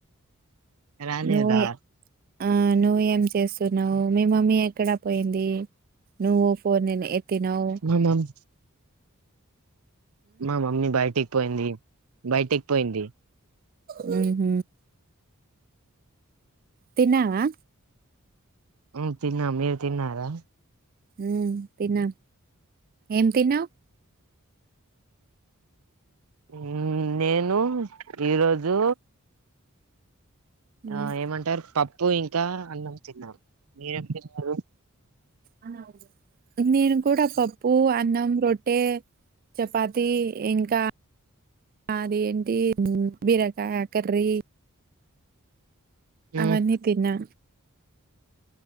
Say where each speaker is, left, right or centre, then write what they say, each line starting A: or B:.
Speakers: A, on the right; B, on the right.
A: రాలేదా
B: నోయే ఆ నో ఏం చేస్తున్నావు. మీ మమ్మీ ఎక్కడ పోయింది నువ్ ఫోన్ ఎత్తినవ్
A: మా మమ్ మా మమ్మీ బయటిక్ పోయింది బయటిక్పోయింది.
B: మ్ హ్ తిన్నావా
A: మ్ తిన్నా మీరు తిన్నారా
B: ఉ తిన్న ఏం తిన్నవ్
A: ఉమ్ నేను ఈరోజు
B: మ్మ్.
A: ఆ ఏమంటరు పప్పు ఇం కా అన్నం తిన్న మీరేం తిన్నరు
B: అనావులు నేను కూడా పప్పు, అన్నం, రొట్ టే చపాతి ఇంకా అది ఏంటి బీరకాయ కర్రీ
A: మ్మ్
B: అవన్నీ తిన్నా.